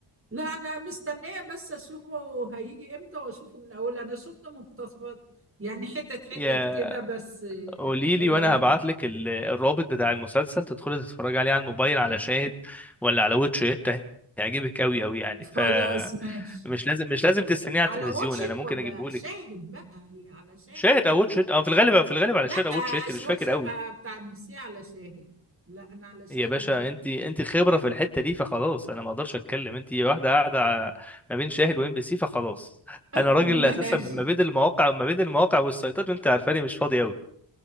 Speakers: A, on the right; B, in the centre.
A: لا أنا مستنية بس أشوفه هيجي إمتى وأشوفه من أول أنا شفت مقتطفات يعني حتت حتت
B: يا
A: كده بس آه،
B: قولي لي وانا هبعت لك ال- الرابط بتاع المسلسل تدخلي تتفرجي عليه على الموبايل على شاهد ولا على واتش إت، هيعجبك قوي قوي يعني
A: خلاص
B: ف
A: ماشي
B: مش لازم مش لازم تستنيه على
A: على
B: التلفزيون
A: واتشد
B: انا ممكن
A: ولا
B: اجيبه
A: شاهد
B: لك
A: بقى هي على شاهد
B: شاهد او واتش إت، او في الغالب في الغالب على
A: لا
B: شاهد او واتش إت،
A: اشغال
B: مش فاكر
A: شقة
B: قوي
A: بتاع ام بي سي على شاهد لا انا على شاهد
B: يا باشا
A: ما بس
B: انت انت خبره في الحته دي فخلاص انا ما اقدرش اتكلم انت واحده قاعده ع- ما بين شاهد وام بي سي فخلاص
A: <laughs>
B: انا راجل
A: ماشي
B: اساسا ما بين المواقع ما بين المواقع والسيطات وانت عارفاني مش فاضي